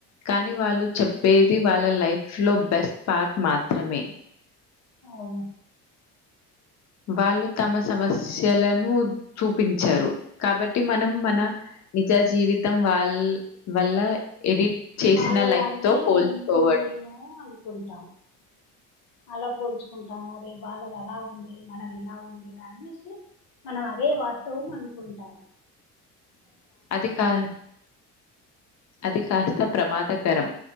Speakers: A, on the left; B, on the left.
A: కానీ వాళ్ళు చెప్పేది వాళ్ళ లైఫ్ లో బెస్ట్ పార్ట్ మాత్రమే
B: అవును
A: వాళ్ళు తమ సమస్యలను చూపించారు కాబట్టి మనం మన నిజ జీవితం వాళ్ల్ వల్ల ఎడిట్ చేసిన
B: వాళ్ళలాగనే
A: లైఫ్‌తో పోల్చుకోవడం.
B: ఉంటుందేమో అనుకుంటాం అలా పోల్చుకుంటాం మరి వాళ్ళది అలా ఉంది మనది ఇలా ఉంది అనేసి మనం అదే వాస్తవం అనుకుంటాము
A: అదిి కా అది కాస్త ప్రమాదకరం